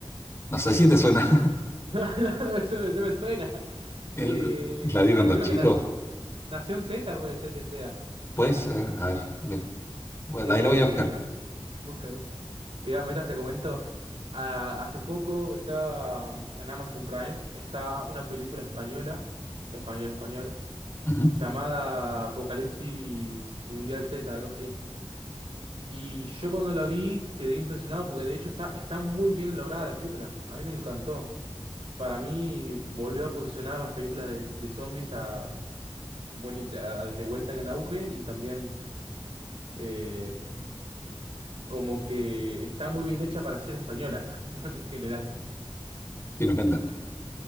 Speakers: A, on the left; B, on the right.
A: No sé si te suena.
B: No, no, no me suena. no me suena. Eh,
A: <laughs> El- la vi cuando
B: creo
A: chico.
B: que nas- Nación Z puede ser que sea.
A: Pues, ser, a ver, mira. Bueno,
B: Eh,
A: de ahí la voy a buscar.
B: busca, busca. Te iba a meter, te comento. Ah, hace poco estaba en Amazon Prime, está una película española, española, española,
A: Ujú.
B: llamada Apocalipsis Mundial Z, algo así. Y yo cuando la vi quedé impresionado porque de hecho está, está muy bien elaborada la película. A mí me encantó. Para mí volvió a posicionar las películas de, de zombies a, bueno, de a- de vuelta en auge y también eh, como que está muy bien hecha para ser española, <laughs> ¿no? en general.
A: Sin ofender.